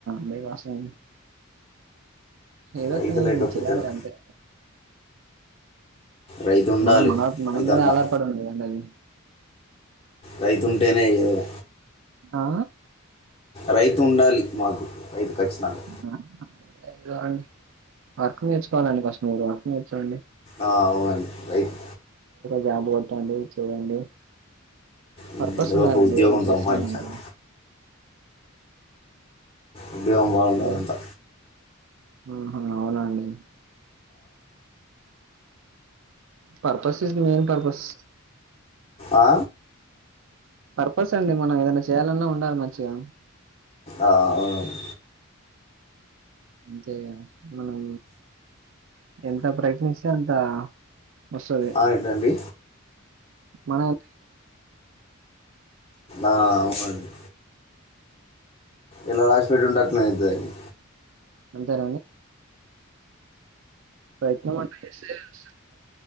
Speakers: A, on the right (about 60°); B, on the left (about 25°).
A: మీ వర్షం ఏదో
B: రైతు
A: ఒక నే
B: లేకపోతే
A: చేయ్యాలి
B: ఎలా?
A: అంతే
B: రైతు ఉండాలి
A: మనం మన మనం
B: రైతన్న
A: మీద ఆధారపడి ఉన్నదండి అది
B: రైతుంటేనే ఏదైన
A: ఆ
B: రైతు ఉండాలి మాకు ఇది కచ్చితంగా
A: ఆ, ఏదో అండి వర్క్ నేర్చుకోవాలండి ఫస్ట్ మీరు వర్క్ నేర్చుండి
B: ఆ అవునండి రైట్
A: జబ కొట్టండి చేయండి
B: ఉమ్,
A: పర్పస్
B: ఏదో
A: ఉండాలండి
B: ఒక ఉద్యోగం
A: ఏదైన చేస్తున్నమ్
B: సంపాదించాలి
A: అంట
B: ఉద్యోగం బాగుండంల
A: హలో
B: అంతా
A: ఆహా అవునండి purpose is the main purpose
B: ఆ
A: పర్పస్ అండి మనం ఏదైనా చేయాలన్నా ఉండాలి మంచిగా
B: ఆ, అవునవును.
A: అంతే అండి మనం ఎంత ప్రయత్నిస్తే అంత వస్తది
B: ఆ ఇదండి
A: మనం
B: ఆ అవునండి ఎలా రాసిపెట్టుంటే అట్లనే అయితదండి
A: అంతారండి ప్రయత్నం